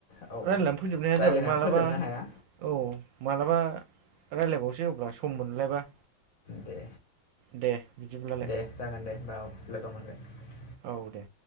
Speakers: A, on the left; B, on the right.
A: औ
B: रायलायनानै फोजोबनो हाया
A: रायलायनानै
B: जाबाय मालाबा
A: फोजोबनो हाया
B: औ मालाबा रायलायबावसै अब्ला सम मोनलायबा
A: दे
B: दे बिदिब्लालाय
A: दे जागोन दे हमबा औ लोगो मोनगोन
B: औ दे